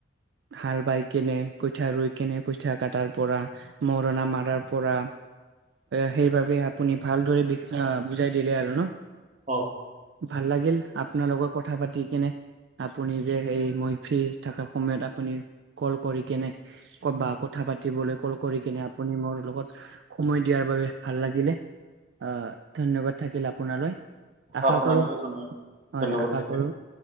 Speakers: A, on the right (about 60°); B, on the right (about 35°).
A: হাল বাই কেনে কঠীয়া ৰুই কেনে কঠীয়া কাটাৰ পৰা। মৰণা মাৰাৰ পৰা। সেইবাবে আপুনি ভালদৰে বুজাই দিলে আৰু ন।
B: কওঁক।
A: ভাল লাগিল আপোনাৰ লগত কথা পাতি কেনে। আপুনি যে সেই মই ফ্ৰী থকা সময়ত আপুনি কল কৰি কেনে ক'ত বা কথা পাতিবলৈ কল কৰি কিনে আপুনি মোৰ লগত সময় দিয়াৰ বাবে ভাল লাগিলে আহ ধন্যবাদ থাকিল আপোনালৈ। আশা
B: আপোনালৈও
A: কৰো
B: ধন্যবাদ
A: হয়, আশা
B: থাকিল
A: কৰো